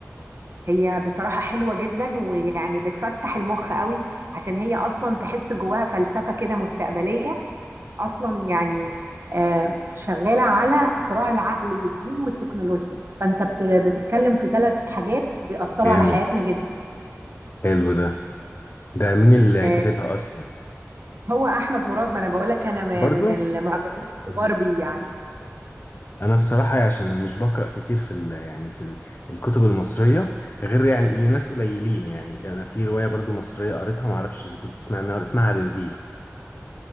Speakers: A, on the right; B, on the left.
A: هي بصراحة حلوة جدا ويعني بتفتح المخ قوي عشان هي اصلا تحس جواها فلسفة كده مستقبلية اصلا يعني آه، شغالة على صراع العقل والدين والتكنولوجيا فانت بت- بتتكلم في ثلاث حاجات بيأثروا
B: جامد
A: على حياتنا جدا
B: حلو ده ده مين اللي
A: آه،
B: كاتبها اصلا
A: هو احمد مراد ما انا بقولك انا م-
B: برضو
A: من المعجبين الكبار
B: مم.
A: بيه يعني
B: انا بصراحة عشان مش بقرأ كتير في ال... يعني في ال... الكتب المصرية غير يعني لناس قليلين يعني انا في رواية برضو مصرية قريتها ما اعرفش اذا كنت تسمع عنها اسمها عزازيل